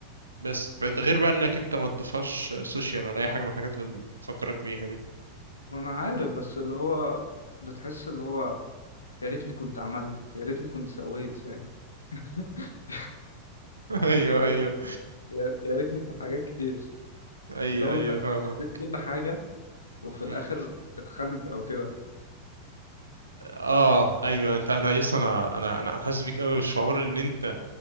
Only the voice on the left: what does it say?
ما انا عارف بس اللي هو بتحس اللي هو يا ريتني كنت عملت يا ريتني كنت سويت فاهم <laughs>
يا ريت
يا يا ريتني كانت حاجات كتير
اللي هو
انت
اديت كل حاجة وفي
الاخر اتخنت او كده